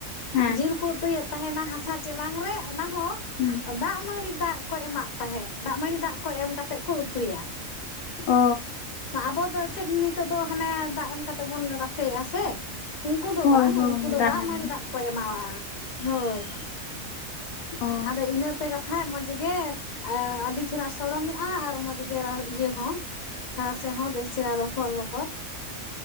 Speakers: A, on the left; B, on the left.
A: ᱦᱮᱸ
B: ᱡᱤᱞ ᱠᱚ ᱩᱛᱩᱭᱮᱫ ᱛᱟᱦᱮᱱᱟ ᱾ᱦᱟᱥᱟ ᱪᱮᱞᱟᱝ ᱨᱮ, ᱚᱱᱟ ᱦᱚᱸ
A: ᱦᱮᱸ
B: ᱫᱟᱜ ᱢᱟᱹᱲᱤ ᱫᱟᱜᱼᱼ ᱠᱚ ᱮᱢᱟᱜ ᱛᱟᱦᱮᱸᱫ, ᱫᱟᱜᱽ ᱢᱟᱹᱲᱤ ᱫᱟᱜᱽ ᱠᱚ ᱮᱢ ᱠᱟᱛᱮᱫ ᱠᱚ ᱩᱛᱩᱭᱟ᱾
A: ᱚᱻ
B: ᱟᱵᱚ ᱫᱚ ᱪᱮᱫ ᱱᱤᱛᱚᱜ ᱫᱚ ᱦᱟᱱᱮᱸ ᱫᱟᱜᱽ ᱮᱢ ᱠᱟᱛᱮᱜ ᱵᱚᱱ ᱨᱟᱥᱮᱫᱼᱟ ᱥᱮ᱾ ᱩᱱᱠᱩ ᱫᱚ
A: ᱦᱳᱭ
B: ᱵᱟᱝ᱾
A: ᱦᱳᱭ
B: ᱩᱱᱠᱩ ᱫᱚ
A: ᱫᱟᱦᱮᱸ
B: ᱫᱟᱜᱽ ᱢᱟᱹᱲᱤ ᱫᱟᱜᱽ ᱠᱚ ᱨᱮᱢᱟ ᱦᱳᱭ
A: ᱚ
B: ᱟᱫᱚ ᱤᱱᱟᱹᱛᱮ ᱠᱟᱛᱷᱟᱡ ᱢᱚᱡᱽ ᱜᱮ ᱮ ᱟᱹᱰᱤ ᱪᱮᱦᱨᱟ ᱥᱚᱲᱚᱢᱚᱜᱼᱟ ᱾ᱟᱨ ᱢᱚᱡᱽ ᱜᱮ ᱤᱭᱟᱹ ᱦᱚᱸ ᱨᱟᱥᱮ ᱦᱚᱸ ᱵᱮᱥ ᱪᱮᱨᱦᱟ ᱞᱚᱯᱷᱚᱨ- ᱞᱚᱯᱷᱚᱨ